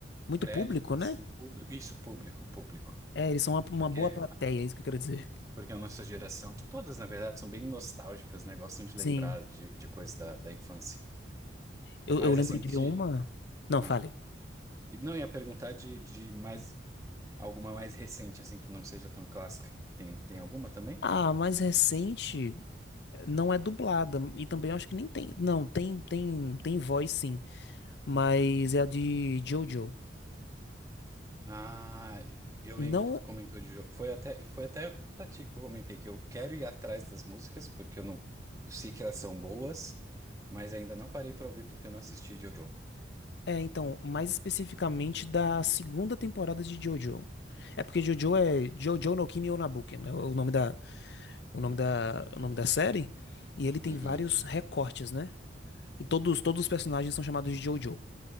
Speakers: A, on the left (about 65°); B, on the right (about 15°).
A: Muito
B: crédito
A: público,
B: assim,
A: né?
B: público. Isso, público, público.
A: É, eles são uma, uma
B: Porque,
A: boa plateia, é isso que eu quero dizer.
B: porque a nossa geração, todas na verdade, são bem nostálgicas, né? Gostam de
A: Sim.
B: lembrar de, de coisas da, da infância.
A: Eu,
B: Mas
A: eu lembro
B: assim,
A: de
B: de.
A: uma. Não,
B: ah,
A: fale.
B: não ia perguntar de, de mais alguma mais recente, assim, que não seja tão clássica. Tem, tem alguma também?
A: Ah, a mais recente não é dublada e também acho que nem tem. Não, tem tem tem voz sim, mas é a de JoJo.
B: Ah, eu lembro
A: Não
B: que tu comentou de jogo. Foi até, foi até pra ti que eu comentei que eu quero ir atrás das músicas, porque eu não. Eu sei que elas são boas, mas ainda não parei pra ouvir porque eu não assisti JoJo.
A: é, então, mais especificamente da segunda temporada de JoJo. É porque JoJo é JoJo no Kimi Onabuken, né? O nome da o nome da o nome da série, e ele tem
B: Uhum.
A: vários recortes, né? E todos todos os personagens são chamados de JoJo.